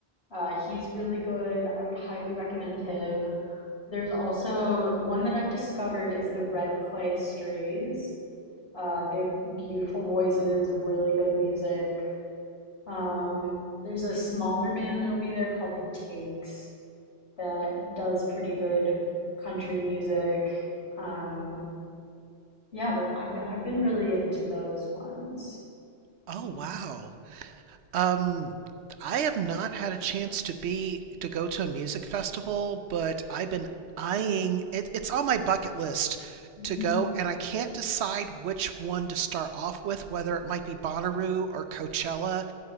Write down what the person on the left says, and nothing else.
Uh, he's really good. I would highly recommend him. There's also one that I've discovered is the Red Clay Strays. Uh, they have beautiful voices, really good music. Um, there's a smaller band that'll be there called The Takes that does pretty good country music. Um, yeah, but I've I've been really into those ones.
Mhm.
Mhm.